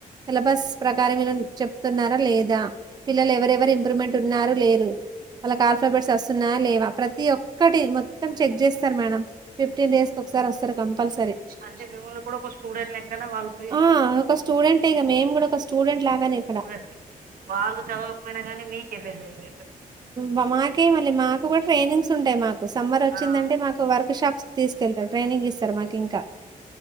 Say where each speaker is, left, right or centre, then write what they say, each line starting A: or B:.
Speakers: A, on the right; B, on the right.
A: సెలబస్ ప్రకారం విళ్ళని చె చెప్తునరా లేదా పిల్లలు ఎవరెవరు ఇంప్రూవ్మెంటున్నారు లేరు వాళ్ళ ఆల్ఫాబెట్స్ వస్తున్నా లేవా ప్రతి ఒక్కటి మొత్తం చెక్ చేస్తారు మేడం ఫిఫ్టీన్ డేస్ ఒకసారి వస్తారు కంపల్సరీ
B: అంటే మిమ్మల్ని కూడా ఒక స్టూడెంట్ లెక్కనే వాళ్ళు <inaudible>
A: ఆ ఒక స్టూడెంటే ఇగ మేము కూడా ఒక స్టూడెంట్ లాగానే ఇక్కడ
B: కరెక్టే వాళ్ళు చదవకపోయినా కానీ మీకిబందియి
A: మా మాకే మళ్ళీ మాకు కూడా ట్రైనింగ్స్ ఉంటాయ్ మాకు సమ్మరోచ్చిందంటే
B: ఆ
A: మాకు వర్క్ షాప్స్ తీస్కెళ్తారు ట్రైనింగ్ ఇస్తారు మాక్ ఇంకా